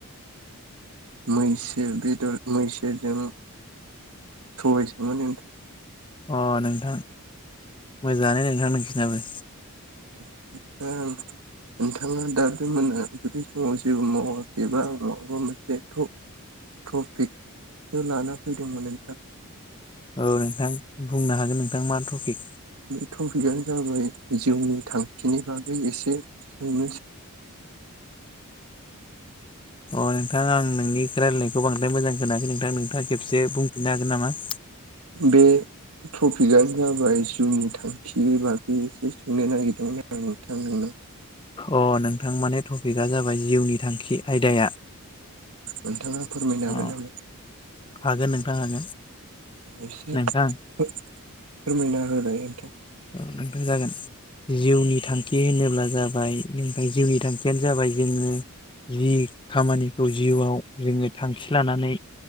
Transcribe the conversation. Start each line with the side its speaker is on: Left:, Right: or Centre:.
Right: मैसो बेदर मैसोजों सबायसो मोन नोंथां
Left: अ नोंथां मोजाङानो नोंथां नोंसिनाबो।
Right: <inaudible> नोंथाङा दा बे मोन बेदि समाव जेबो मावाखैबा आं मावाबा मोनसे एथ' टफिखखौ लाना फैदोंमोन नोंथां।
Left: औ नोंथां बुंनो हागोन नोंथां मा टपिक?
Right: बे टपिकआनो जाबाय जिउनि थांखिनि बागै एसे <inaudible>
Left: अ नोंथां आं नोंनि रायलायनायखौ बांद्राय मोजां खोनाखै नोंथां नोंथाङा खेबसे बुंफिननो हागोन नामा?
Right: बे टपिकआ जाबाय जिउनि थांखि बागै एसे सोंनो नागिरदोंमोन आं नोंथांनाव <inaudible>
Left: अ नोंथां मानि टपिकआ जाबाय जिउनि थांखि आयदाया
Right: नोंथाङा फोरमायनो
Left: अ
Right: हागोन नामा?
Left: हागोन नोंथां।
Right: एसे
Left: नोंथां
Right: फोरमायना होलाय नोंथां
Left: औ नोंथां जागोन। जिउनि थांखि होनोब्ला जाबाय ओनिफ्राय जिउनि थांखियानो जाबाय जोङो जि खामानिखौ जिउआव जोङो थांखि लानानै